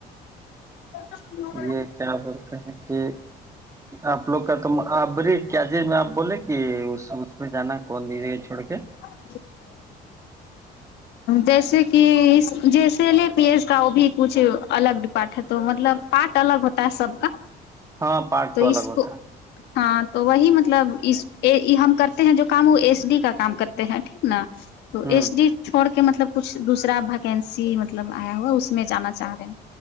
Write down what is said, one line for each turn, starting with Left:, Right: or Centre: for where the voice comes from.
Left: <unintelligible> ہی
Right: یہ کیا بولتے ہیں کہ آپ لوگ کا تو آ بری کیا جی میں آپ بولے کہ اس پھر جانا کون دیے چھڑ کے
Left: <inaudible> جیسے کہ جیسل پی ایس کا وہ بھی کچھ الگ پارٹ تو مطلب پارٹ الگ ہوتا ہے سب کا
Right: ہاں پارٹ
Left: تو
Right: الگ
Left: اس
Right: ہوتا
Left: کو ہاں تو وہی مطلب ہم کرتے ہیں جو کام وہ ایس ڈی کا کام کرتے ہیں ٹھیک نا
Right: ہے
Left: تو
Right: ہوں
Left: ایس ڈی چھوڑ کے مطلب کچھ دوسرا ویکنسی مطلب آیا ہوا اس میں جانا چاہ رہے ہیں